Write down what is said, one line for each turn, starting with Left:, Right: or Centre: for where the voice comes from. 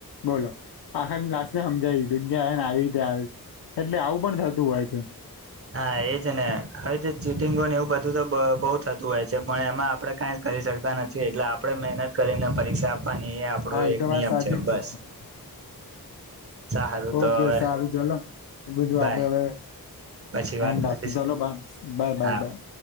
Left: બોલો, આખા લને. જગ્યા, ને આવી રીતે આવે એટલે આવું પણ થતું હોય છે.
Right: હા, એજ ને હવે, તો ચીટિંગો ને એવું બધું તો બહુ થતું હોય છે, પણ એમાં આપડે કઈ. કરી શકતા નથી, એટલે આપણે મહેનત કરીને પરીક્ષા. આપવાની એ આપણો
Left: હા
Right: એક
Left: તો
Right: નિયમ
Left: વાત સાચી
Right: છે,
Left: જ
Right: બસ.
Left: તમારી
Right: સારું
Left: ઓકે
Right: તો હવે
Left: સારું ચલો બીધું,
Right: બાય
Left: આપડે હવે.
Right: પછી વાત
Left: એ
Right: કરીશું
Left: રાખું ચાલો બ બાય, બાય,
Right: હા
Left: બાય.